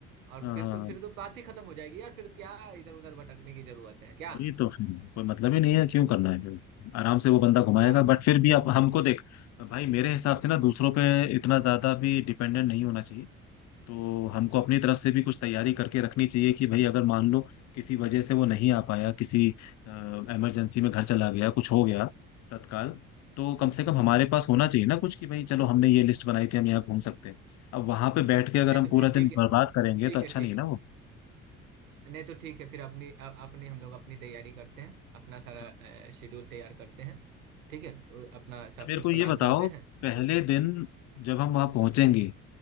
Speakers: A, on the right; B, on the left.
A: और
B: हाँ
A: फिर
B: हाँ,
A: तो फिर तो बात ही खत्म हो जाएगी यार फिर क्या इधर उधर भटकने की जरूरत है क्या
B: वही तो फिर कोई मतलब ही नहीं है क्यों करना है फिर आराम से वो बंदा घुमाएगा
A: हाँ
B: बट फिर भी आप हमको देख भाई मेरे हिसाब से ना दूसरों पे इतना ज्यादा भी डिपेंडेंट नहीं होना चाहिए तो हमको अपनी तरफ से भी कुछ तैयारी करके रखनी चाहिए कि भाई अगर मान लो किसी वजह से वो नहीं आ पाया किसी इमरजेंसी में घर चला गया कुछ हो गया तत्काल तो कम से कम हमारे पास होना चाहिए ना कुछ कि भाई चलो हमने ये लिस्ट बनाई थी हम यहाँ घूम सकते हैं अब वहां पे बैठ के अगर
A: नहीं
B: हम
A: तो
B: पूरा
A: फिर ठीक
B: दिन
A: है
B: बर्बाद करेंगे
A: ठीक
B: तो अच्छा
A: है
B: नहीं
A: ठीक है
B: ना वो
A: नहीं तो ठीक है फिर अपनी अ- अपनी हम लोग अपनी तैयारी करते हैं अपना सारा
B: हाँ।
A: शेड्यूल तैयार करते हैं ठीक है तो अपना सब
B: अच्छा मेरे
A: कुछ
B: को ये
A: प्लान
B: बताओ
A: करते हैं
B: पहले
A: तो
B: दिन जब हम वहां पहुंचेंगे